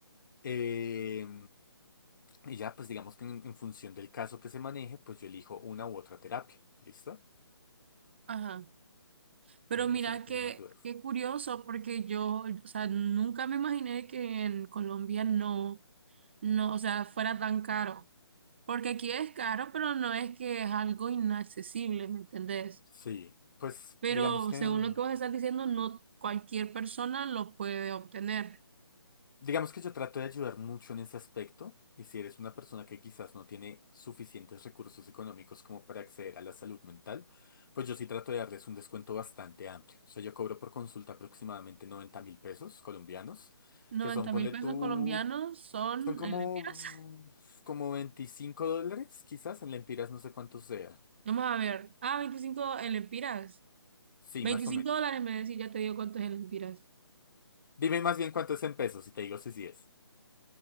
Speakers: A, on the left (about 50°); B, on the right (about 25°).
A: Eh, y ya, pues digamos que en, en función del caso que se maneje, pues yo elijo una u otra terapia. ¿Listo?
B: Ajá. Pero
A: Eh,
B: mira
A: no sé si tienes
B: que
A: más dudas.
B: qué curioso, porque yo, o sea, nunca me imaginé que en Colombia no, no, o sea, fuera tan caro. Porque aquí es caro, pero no es que es algo inaccesible, ¿me entendés?
A: Sí, pues
B: Pero
A: digamos que,
B: según
A: mm,
B: lo que vos estás diciendo, no cualquier persona lo puede obtener.
A: digamos que yo trato de ayudar mucho en ese aspecto. Y si eres una persona que quizás no tiene suficientes recursos económicos como para acceder a la salud mental, pues yo sí trato de darles un descuento bastante amplio. O sea, yo cobro por consulta aproximadamente noventa mil pesos colombianos,
B: noventa
A: que son, ponle
B: mil pesos
A: tú,
B: colombianos son
A: Son como,
B: en lempiras.
A: como 25 dólares, quizás, en lempiras no sé cuánto sea.
B: <laughs> Vamos a ver. Ah, veinticinco en lempiras.
A: Sí,
B: 25
A: más o menos.
B: dólares me decís, ya te digo cuánto es en lempiras.
A: Dime más bien cuánto es en pesos y te digo si sí es.